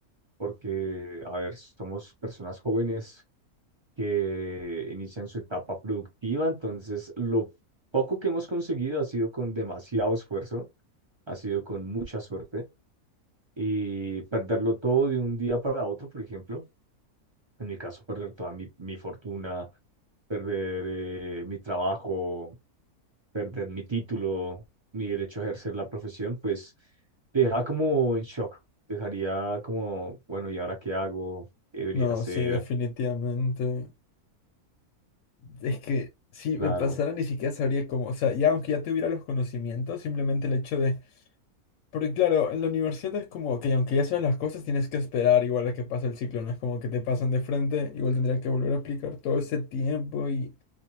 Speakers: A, on the right; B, on the left.
A: porque, a ver, somos personas jóvenes que inician su etapa productiva, entonces lo poco que hemos conseguido ha sido con demasiado esfuerzo, ha sido con mucha suerte, y perderlo todo de un día para otro, por ejemplo. en mi caso, perder toda mi, mi fortuna, perder eh, mi trabajo, perder mi título, mi derecho a ejercer la profesión, pues te deja como en shock. Te Dejaría como, bueno, ¿y ahora qué hago? ¿Qué debería
B: No,
A: hacer?
B: sí, definitivamente. Es que si
A: Claro,
B: me pasara ni siquiera sabría cómo, o sea, ya aunque ya tuviera los conocimientos, simplemente el hecho de Porque claro, en la universidad es como que aunque ya sabes las cosas, tienes que esperar igual a que pase el ciclo, no es como que te pasan de frente, igual tendrías que volver a aplicar todo ese tiempo y